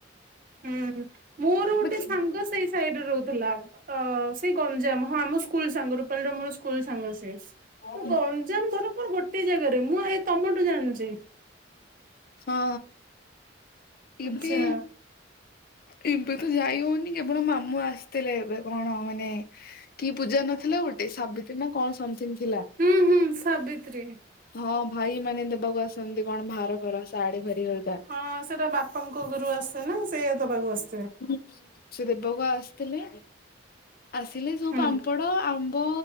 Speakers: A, on the right (about 45°); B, on the left (about 50°).
A: ହୁଁ ମୋର ଗୋଟେ
B: ବାକି
A: ସାଙ୍ଗ ସେଇ ସାଇଡରେ ରହୁଥିଲା। ଅ ସେଇ ଗଞ୍ଜାମ ହଁ ଆମ ସ୍କୁଲ ସାଙ୍ଗରୁ ମୋର ସ୍କୁଲ ସାଙ୍ଗସେ ମୁଁ
B: ହୁଁ
A: ଗଞ୍ଜାମ ଧର କଣ ଗୋ କେତେ ଜାଗାରେ ମୁଁ ଏ ତମଠୁ ଜାଣିଛି
B: ହଁ ଟିବି
A: ଆଚ୍ଛା
B: ଏବେ ତ ଯାଇ ହଉନି କେବଳ ମାମୁଁ ଆସିଥିଲେ ଏବେ କଣ ମାନେ କି ପୂଜା ନଥିଲା ଗୋଟେ ସାବିତ୍ରୀ ନା କଣ ସମଥିଙ୍ଗ ଥିଲା
A: ହୁଁ ହୁଁ ସାବିତ୍ରୀ
B: ହଁ ଭାଇ ମାନେ ଦେବାକୁ ଆସନ୍ତି କଣ ଭାର ଫାର ଶାଢୀ ହେରିକା
A: ହଁ ସେଟା ବାପାଙ୍କ ଘରୁ ଆସେ ନା ସେଇଆ ଦବାକୁ ଆସେ
B: ହୁଁ ସେ ଦେବାକୁ ଆସିଥିଲେ ଆସିଲେ ସବୁ
A: ହୁଁ
B: ପାମ୍ପଡ ଆମ୍ବ